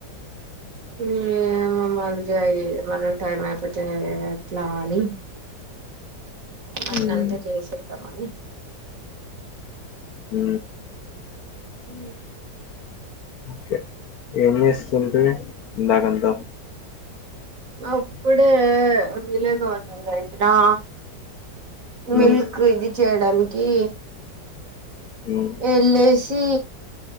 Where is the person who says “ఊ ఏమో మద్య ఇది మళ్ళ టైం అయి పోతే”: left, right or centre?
Right